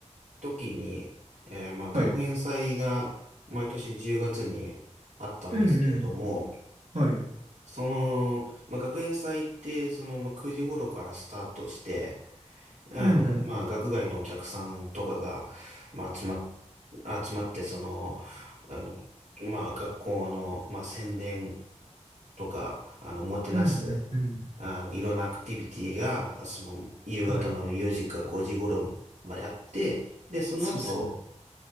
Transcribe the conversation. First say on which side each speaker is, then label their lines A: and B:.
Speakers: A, on the right (about 85°); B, on the right (about 70°).
A: 時に、えーまあ、学園祭が毎年10月にあったんですけれども、
B: はい。うんうん。はい。うん
A: その、まあ、学園祭って、その、まあ、9時頃からスタートして、あの、
B: うん。
A: まあ、学外のお客さんとかが、まあ、集まっ、集まって、その、あの、まあ、学校の、まあ、宣伝とか、あの、もてなす、
B: うんうんうん。
A: あの、いろんなアクティビティが、その、夕方の4時か5時頃まであって、
B: はい。
A: で、その後、
B: そうっすよね。